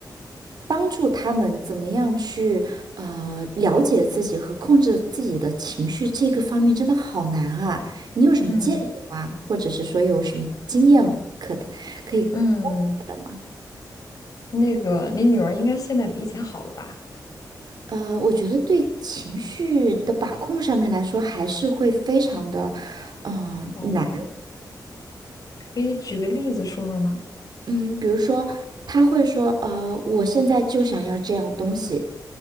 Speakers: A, on the right (about 65°); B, on the left (about 50°).
A: 帮助他们怎么样去呃了解自己和控制自己的情绪，这个方面真的好难啊！你有什么建议吗？
B: 嗯
A: 或者是说有什么经验可可以给
B: 嗯，
A: 我的吗？
B: 那个你女儿应该现在比以前好了吧？
A: 呃，我觉得对情绪的把控上面来说，还是会非常的，嗯、
B: 哦，
A: 难。
B: 可以举个例子说说吗？
A: 嗯，比如说他会说，呃，我现在就想要这样东西，